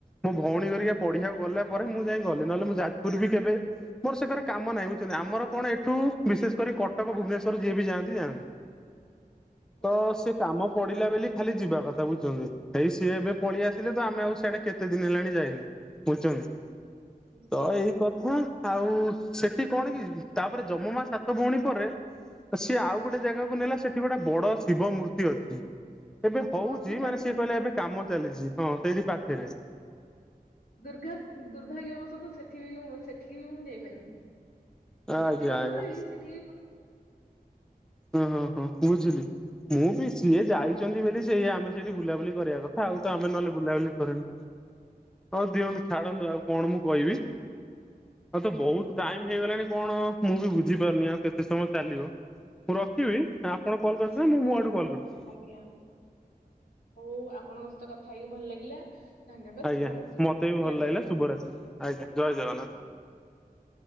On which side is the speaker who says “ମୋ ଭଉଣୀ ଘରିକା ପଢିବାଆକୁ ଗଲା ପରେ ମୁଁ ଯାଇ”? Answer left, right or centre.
Centre